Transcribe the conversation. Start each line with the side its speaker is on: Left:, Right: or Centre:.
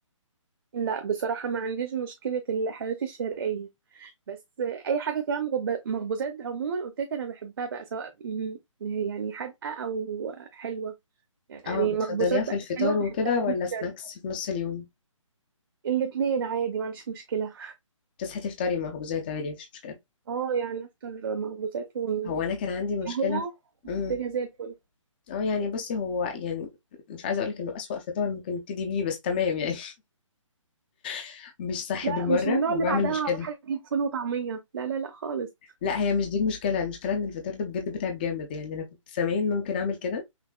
Right: لا بصراحة ما عنديش مشكلة الحلويات الشرقية بس أي حاجة فيها مغب- مخبوزات عموما قلت لك أنا بحبها بقى سواء م- يعني حادقة أو حلوة يعني
Left: اه بتفضليها
Right: مخبوزات بقى
Left: في الفطار
Right: حلوة
Left: وكده
Right: بحبها جدا
Left: ولا سناكس في نص اليوم
Right: الاتنين عادي ما عنديش مشكلة
Left: تصحي تفطري مخبوزات عادي مفيش مشكله
Right: اه يعني افطر مخبوزات
Left: هو انا كان عندي
Right: وقهوة
Left: مشكله في... امم
Right: الدنيا زي الفل
Left: اه يعني بصي هو يعني مش عايزه اقولك انه اسوأ فطار ممكن نبتدي بيه بس تمام يعني <laughs> مش صحي
Right: لا
Left: بالمره
Right: مش من النوع
Left: وبعمل
Right: اللي بعدها
Left: مشكله
Right: هروح اجيب فول وطعمية لا لا لا خالص
Left: لا هي مش دي المشكله المشكله ان الفطار ده بجد بتعب جامد يعني انا كنت زمان ممكن اعمل كده